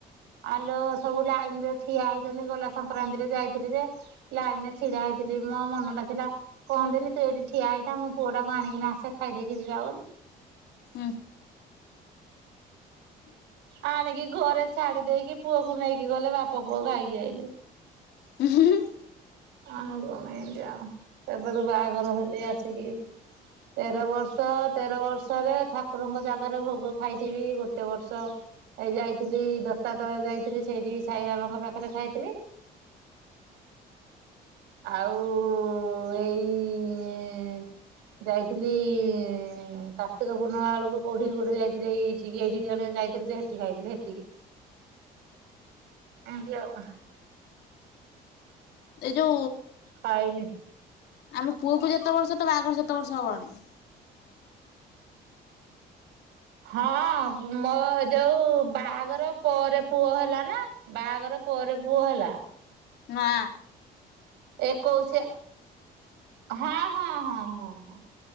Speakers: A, on the right; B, on the left.
A: ଆଲୋ ସବୁ ଲାଇନରେ ଠି ଠିଆ ହେଇଚନ୍ତି। ଗଲା ସଂକ୍ରାନ୍ତି ରେ ଯାଇଥିଲି ଯେ ଲାଇନ ରେ ଛିଡା ହେଇଥି ଲି। ମୋ ମନ ଟା ଥିଲା କହନ୍ତେନି ତୁ ଏଇଠି ଠିଆ ହେଇଥା ମୋ ପୁଅ ଟାକୁ ଆଣିକିନି ଆସେ ଖାଇଦେଇକି ଯିବା ଆ
B: ହୁଁଁ।
A: ଆଣିକି ଘରେ ଛାଡି ଦେଇକି ପୁଅକୁ ନେଇକି ଗଲେ ବାପ ପୁଅ ଖାଇକି ଆଇଲେ।
B: ହୁଁ ହୁଁ
A: ଆଉ କଣ ଏତି ଆଉ କେବେଠୁ ବାହାଘର ହେଲି ଆସିକି ତେର ବର୍ଷ ତେର ବର୍ଷରେ ଠାକୁରଙ୍କ ଜାଗାରେ ଭୋଗ ଖାଇଥିବି ଗୋଟେ ବର୍ଷ ଏଇ ଯାଇଥିଲି ଦତା ତଳେ ଯାଇଥିଲି ସେଇଠି ସାଇ ବାବାଙ୍କ ପାଖରେ ଖାଇଥିଲି। ଆଉ ଏଇ ଯାଇଥିଲି କାର୍ତିକ ପୂର୍ଣ୍ଣିମା ବେଳକୁ କୋଉଠି ଗୋଟେ ଯାଇଥିଲେ, ଏଇ ଏଇଠି ଜଣେ ଯାଇଥିଲେ ଯେ ଟି ଖାଇଥିଲି ହେତିକି। ଏନ୍ତି ଆଉ।
B: ଏଇ ଯୋଉ
A: ଖାଇନି।
B: ଆମ ପୁଅକୁ ଯେତେ ବର୍ଷ ତ ବାହଘର ସେତେ ବର୍ଷ ହବଣି।
A: ହଁ ମୋର ଯୋଉ ବାହାଘର ପରେ ପୁଅ ହେଲା ନା। ବାହାଘର ପରେ ପୁଅ ହେଲା।
B: ନା।
A: ଏକୋଇସିଆ ହଁ ହଁ ହଁ ହଁ ହଁ